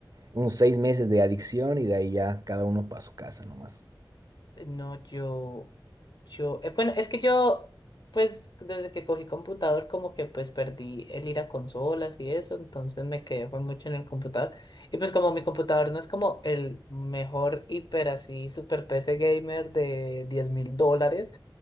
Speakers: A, on the right (about 50°); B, on the left (about 60°).
A: unos seis meses de adicción y de ahí ya cada uno para su casa nomás.
B: Eh, No, yo, yo, eh, bueno, es que yo, pues desde que cogí computador, como que pues perdí el ir a consolas y eso, entonces me quedé fue mucho en el computador. Y pues como mi computador no es como el mejor hiper así, super PC gamer de diez mil dólares,